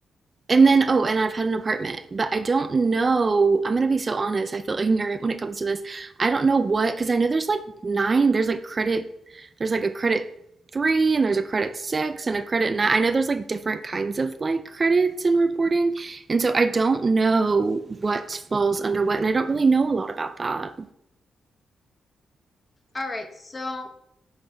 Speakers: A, on the right; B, on the left.
A: and then, oh, and I've had an apartment, but I don't know. I'm gonna be so honest. I feel <laughs> ignorant when it comes to this. I don't know what, because I know there's like nine. There's like credit. There's like a credit three, and there's a credit six, and a credit nine. I know there's like different kinds of like credits and reporting, and so I don't know what falls under what, and I don't really know a lot about that.
B: All right, so